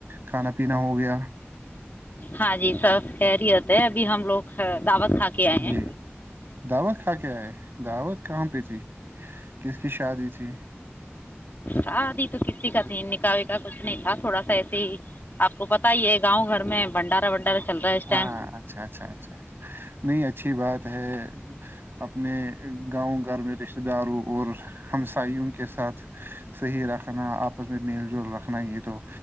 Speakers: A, on the right; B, on the left.
A: کھانا پینا ہو گیا
B: ہاں جی سب کہرییت ہے ابھی ہم لوگ دعوت کھا کے آئے
A: جی
B: ہیں
A: دعوت کھ کے اچ دعوت کہاں پہ تھی کس کی شادی تھی
B: شادی تو کسی کا تھی نکاحی کا کچھ نہیں تھا تھوڑا سا ایسے ہی آ کو پت ہی ہے گاؤں گھر میں بنڈارا ونڈارا چل رہا ہے اس
A: ہاں
B: ٹائم
A: اچھا اچھا اچھا اچھ نہیں اچھی بات ہے اپنے گاؤں گھر میں رشتتے داروں اور ہمساائیوں کے ساتھ صحیح رکھنا آپس میں میل رکھنا ہے یہ تو